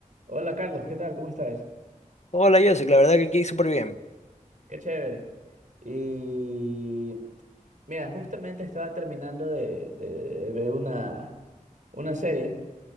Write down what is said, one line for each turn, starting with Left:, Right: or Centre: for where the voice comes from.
Right: Hola Carlos, ¿qué tal? ¿Cómo estás?
Left: Hola, Joseph, la verdad que aquí súper bien.
Right: Qué chévere. Y mira, justamente estaba terminando de, de- de ver una, una serie